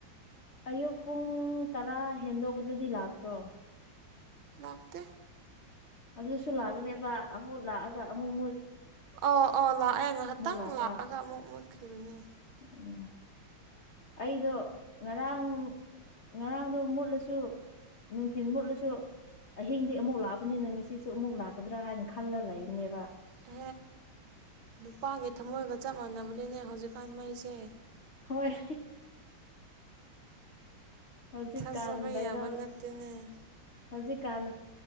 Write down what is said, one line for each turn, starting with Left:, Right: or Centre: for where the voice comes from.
Left: ꯑꯌꯨꯛ ꯄꯨꯡ ꯇꯔꯥ ꯍꯦꯟꯗꯣꯛꯧꯕꯗꯗꯤ ꯂꯥꯛꯇ꯭ꯔꯣ
Right: ꯂꯥꯛꯇ
Left: ꯑꯗꯨꯁꯨ ꯂꯥꯛꯎꯅꯦꯕ ꯑꯃꯨꯛ ꯂꯥꯛꯑꯒ ꯑꯃꯨꯛ ꯃꯨ
Right: ꯑꯣ ꯑꯣ ꯂꯥꯛꯑꯦ ꯉꯥꯏꯍꯥꯛꯇꯪ
Left: ꯂꯥꯛꯄ
Right: ꯂꯥꯛꯑꯒ ꯑꯃꯨꯛ ꯃꯨꯠꯈꯤꯕꯅꯦ
Left: ꯎꯝ ꯑꯩꯗꯣ ꯉꯔꯥꯡ ꯉꯔꯥꯡꯗꯣ ꯃꯨꯠꯂꯁꯨ ꯅꯨꯡꯊꯤꯤꯟ ꯃꯨꯠꯂꯁꯨ ꯑꯍꯤꯡꯗꯤ ꯑꯃꯨꯛ ꯂꯥꯛꯑꯕꯅꯤꯅ ꯉꯁꯤꯁꯨ ꯑꯃꯨꯛ ꯂꯥꯛꯀꯗ꯭ꯔꯥ ꯍꯥꯏꯅ ꯈꯜꯂ ꯂꯩꯕꯅꯦꯕ
Right: ꯍꯦ ꯅꯨꯄꯥꯒꯤ ꯊꯃꯣꯏꯒ ꯆꯞ ꯃꯥꯟꯅꯕꯅꯤꯅꯦ ꯍꯧꯖꯤꯛꯀꯥꯟ ꯃꯩꯁꯦ
Left: ꯍꯣꯏꯣꯏ ꯍꯧꯖꯤꯛꯀꯥꯟ
Right: ꯊꯥꯖꯕ ꯌꯥꯕ
Left: ꯚꯩꯔꯦꯜ
Right: ꯅꯠꯇꯦꯅꯦ
Left: ꯍꯧꯖꯤꯛꯀꯥꯟ